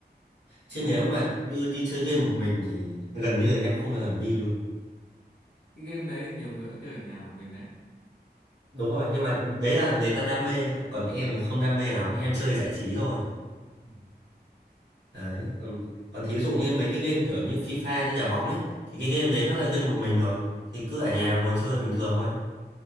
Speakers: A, on the right (about 85°); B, on the left (about 75°).
A: chứ
B: à,
A: nếu mà như đi chơi game một mình thì gần như là em không bao giờ em đi luôn
B: cái game đấy thì nhiều người cũng chơi ở nhà một mình đấy
A: đúng rồi nhưng mà đấy là người ta đam mê anh ạ còn em thì không đam mê lắm em chơi giải trí thôi
B: Ừ.
A: đấy còn còn thí dụ như mấy cái game kiểu như FIFA như đá bóng ấy thì cái game đấy nó là game một mình rồi thì cứ ở nhà ngồi chơi bình thường thôi